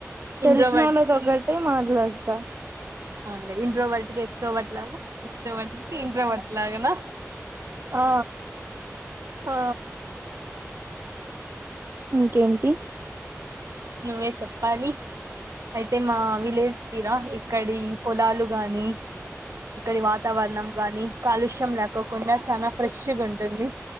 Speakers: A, on the right; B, on the right.
A: తెల్సినోళ్ళతో
B: ఇంట్రోవర్ట్
A: ఒగటే మాట్లాడ్. త
B: అవున్లే ఇంట్రోవర్ట్కి ఎక్స్ట్రోవర్ట్ లాగా ఎక్స్ట్రోవర్ట్కి ఇంట్రోవర్ట్ లాగనా.
A: ఆ
B: ఆ
A: ఇంకేంటి
B: నువ్వే చెప్పాలి ఐతే మా విలేజ్కిరా ఇక్కడి పొలాలు గాని. ఇక్కడి వాతావరణం గాని కాలుష్యం లేకోకుండా. చానా ఫ్రెష్ గుంటుంది.